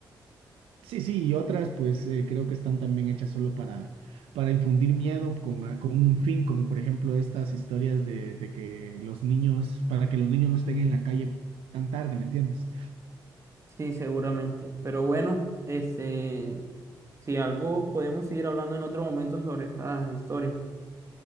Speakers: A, on the right; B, on the right.
A: Sí, sí, y otras pues eh, creo que están también hechas solo para, para infundir miedo con, a- con un fin, como por ejemplo estas historias de, de que los niños, para que los niños no estén en la calle tan tarde, ¿me entiendes?
B: Sí, seguramente. Pero bueno, este, si algo podemos seguir hablando en otro momento sobre estas historias.